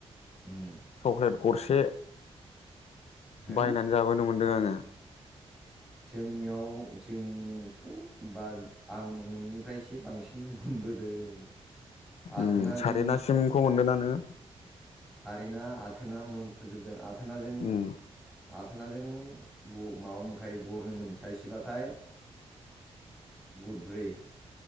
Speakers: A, in the centre; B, on the left (about 75°).
A: उम
B: सक्लेट गरसे
A: हो
B: बायनानै जाबोनो मोनदों आङो
A: जोंनियाव जोंथ' बा आं नोंनिफ्रायसो बांसिन मोनबोदों। आथोनाजों
B: उम सारेनासिमखौ मोनदोंना नोङो?
A: सारेना आथ आथोना मोनबोजोबदों आ थोनाजों
B: उम
A: थोनाजों माबा मोन थाइ गरनै थायसेबाथाय गदब्रै।